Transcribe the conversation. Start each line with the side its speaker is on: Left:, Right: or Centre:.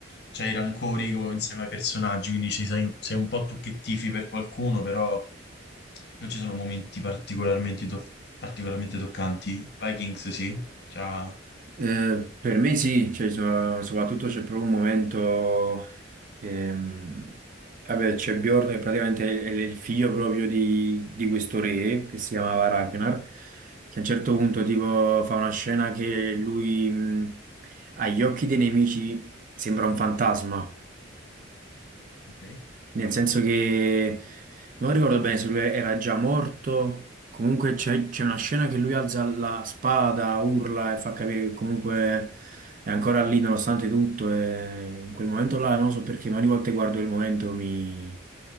Left: c'hai i rancori co- insieme ai personaggi, quindi ci sei, sei un po' tu che tifi per qualcuno, però non ci sono momenti particolarmente, to- particolarmente toccanti. Vikings sì, c'ha...
Right: Eh, per me sì, cioè, so- soprattutto c'è proprio un momento che, mh, vabbè, c'è Bjorn che praticamente è, è il figlio proprio di, di questo re che si chiamava Ragnar, che a un certo punto tipo fa una scena che lui mh, agli occhi dei nemici sembra un fantasma.
Left: Ok,
Right: Nel senso che non ricordo bene se lui era già morto. Comunque c'è c'è una scena che lui alza la spada, urla e fa capire che comunque è ancora lì nonostante tutto. E in quel momento là, non lo so perché, ma ogni volta che guardo quel momento mi,